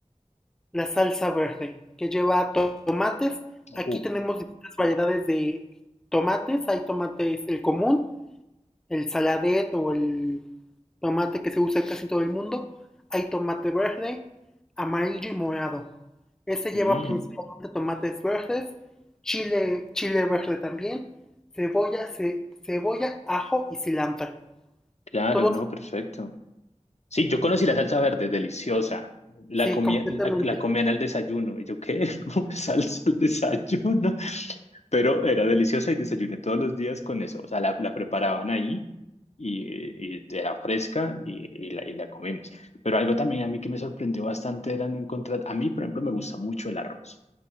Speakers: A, in the centre; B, on the left (about 65°).
A: La salsa verde, que lleva to- tomates.
B: Uh,
A: Aquí tenemos distintas variedades de tomates. Hay tomates, el común, el saladet o el tomate que se usa en casi todo el mundo. Hay tomate verde, amarillo y morado. Este lleva
B: mm,
A: principalmente tomates verdes, chile, chile verde también, cebolla, ce- cebolla, ajo y cilantro.
B: claro,
A: Todos,
B: no, perfecto. Sí, yo conocí la salsa verde, deliciosa. La
A: sí,
B: comía,
A: completamente.
B: la, la comían al desayuno. Y yo, ¿qué? <laughs> ¿Cómo que salsa al desayuno? Pero era deliciosa y desayuné todos los días con eso. O sea, la, la preparaban ahí y, y era fresca y, y la, y la comimos. Pero algo también a mí que me sorprendió bastante era no encontrar. A mí, por ejemplo, me gusta mucho el arroz.